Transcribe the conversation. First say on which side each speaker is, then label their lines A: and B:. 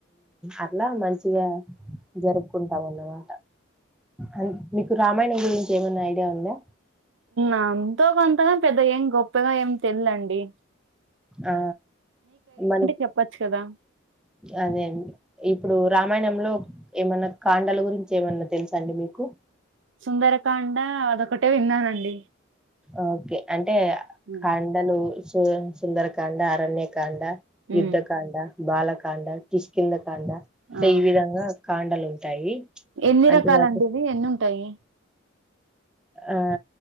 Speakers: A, in the centre; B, on the right (about 65°).
A: అట్లా మంచిగా జరుపుకుంటాంన్నవా అ మీకు రామాయణం గురించి ఏమైన్నా ఐడియా ఉందా
B: ఎంతో కొంతగా పెద్ద ఏం గొప్పగా ఏం తెల్లండి
A: ఆ మనకి
B: చెప్పచ్చు కదా
A: అదే అది ఇప్పుడు రామాయణంలో ఏమన్నా కాండల గురించి ఏమన్నా తెలుసా అండి మీకు
B: సుందరకాండ అదొకటే విన్నానండి
A: ఓకే అం టే
B: ఉమ్
A: కాండలు సు సుందరకాండ అరణ్యకాండ
B: ఉమ్,
A: యుద్ధ కాండ బాలకాండ కిష్కింద కాండ
B: ఆ
A: ఈ విదంగా కాండలు ఉంటాయి
B: ఎన్ని
A: అంతేకాక
B: రకాలండి ఇవి ఎన్ని ఉంటాయి
A: ఆ